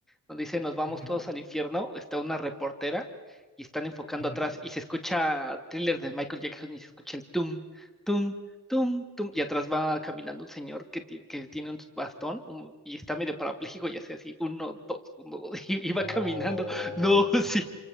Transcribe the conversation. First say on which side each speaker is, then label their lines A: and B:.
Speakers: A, in the centre; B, on the left.
A: donde dice nos vamos
B: Ujú,
A: todos al infierno, está una reportera y están enfocando
B: ujú.
A: atrás y se escucha thriller de Michael Jackson y se escucha el tum, tum, tum, tum, y atrás va caminando un señor que, ti- que tiene un bastón un- y está medio parapléjico y hace así, uno, dos, uno, dos, <laughs> y, y
B: No,
A: va caminando. No, <laughs> sí,